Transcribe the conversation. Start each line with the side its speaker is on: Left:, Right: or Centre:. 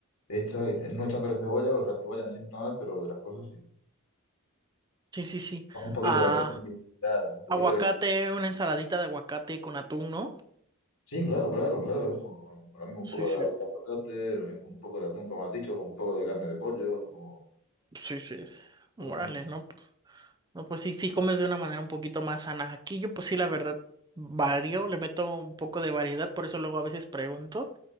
Left: hecha, eh, no echándole cebolla, porque la cebolla me sienta mal, pero de las cosas sí.
Right: Sí, sí, sí.
Left: Un poquito
Right: ah,
Left: de carne, y tal, un poquito
Right: Aguacate,
Left: de...
Right: una ensaladita de aguacate con atún, ¿no?
Left: Sí, claro, claro, claro, eso. Bueno, Para mí un
Right: Sí,
Left: poco
Right: sí,
Left: de aguacate, eh, un poco de atún, como has dicho, un poco de carne de pollo, o
Right: sí, sí. Morales,
Left: algo- algo.
Right: ¿no? No, pues sí, sí comes de una manera un poquito más sana. Aquí yo, pues sí, la verdad, varío, le meto un poco de variedad, por eso luego a veces pregunto.